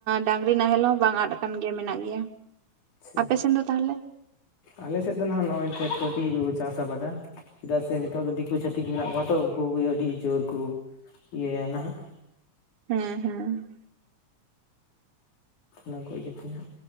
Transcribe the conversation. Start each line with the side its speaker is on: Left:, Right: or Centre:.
Right: ᱰᱟᱝᱨᱤ ᱱᱟᱦᱮᱞ ᱦᱚᱸ ᱵᱟᱝ ᱟᱫ ᱠᱟᱱ ᱜᱮᱭᱟ ᱢᱮᱱᱟᱜ ᱜᱮᱭᱟ᱾
Left: ᱟᱪᱪᱷᱟ
Right: ᱟᱯᱮ ᱥᱮᱱ ᱫᱚ ᱛᱟᱦᱚᱞᱮ
Left: ᱟᱞᱮ ᱥᱮᱫ ᱫᱚ ᱱᱟᱦᱟᱜ ᱱᱚᱜᱼᱚᱭ ᱴᱮᱠᱴᱚᱨ ᱫᱤᱭᱮ ᱜᱮᱠᱚ ᱪᱟᱥ ᱟᱵᱟᱫᱟ᱾ ᱪᱮᱫᱟᱜ ᱥᱮ ᱱᱤᱛᱚᱜ ᱫᱚ ᱫᱤᱠᱩ ᱪᱷᱟᱹᱛᱤᱠ ᱢᱮᱱᱟᱜ ᱠᱚᱣᱟ ᱛᱚ ᱩᱱᱠᱩ ᱜᱮ ᱟᱹᱰᱤ ᱡᱳᱨ ᱠᱚ ᱤᱭᱟᱹᱭᱟ ᱱᱟᱦᱟᱜ᱾
Right: ᱦᱮᱸ ᱦᱮᱸ
Left: ᱚᱱᱟ ᱠᱚ ᱤᱭᱟᱹᱛᱮ ᱱᱟᱸᱜ